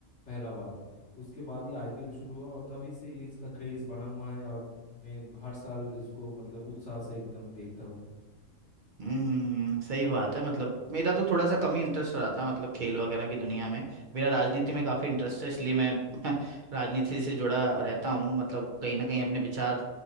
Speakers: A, on the left (about 60°); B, on the right (about 50°).
A: पहला बार उसके बाद ही आईपीएल शुरू हुआ और तभी से ये इसका क्रेज बना हुआ है और मैं हर साल इसको मतलब उत्साह से एकदम देखता
B: हम्म सही बात है मतलब मेरा तो थोड़ा सा कम ही इंटरेस्ट रहा था मतलब खेल वगैरह की दुनिया में मेरा राजनीति में काफी इंटरेस्ट है इसलिए मैं <laughs> राजनीति से जुड़ा रहता हूँ मतलब कहीं ना कहीं अपने विचार अ,